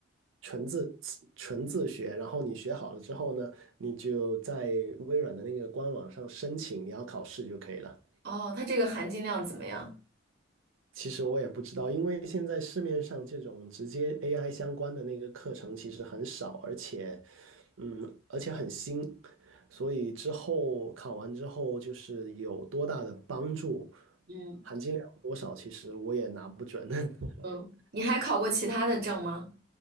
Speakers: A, on the right (about 75°); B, on the right (about 50°).
A: 纯自纯自学，然后你学好了之后呢，你就在微软的那个官网上申请你要考试就可以了。
B: 哦，他这个含金量怎么样？
A: 其实我也不知道，因为现在市面上这种直接 AI 相关的那个课程其实很少，而且，嗯，而且很新，所以之后考完之后就是有多大的帮助，
B: 嗯
A: 含金量有多少，其实我也拿不准。
B: 嗯，
A: <laughs>
B: 你还考过其他的证吗？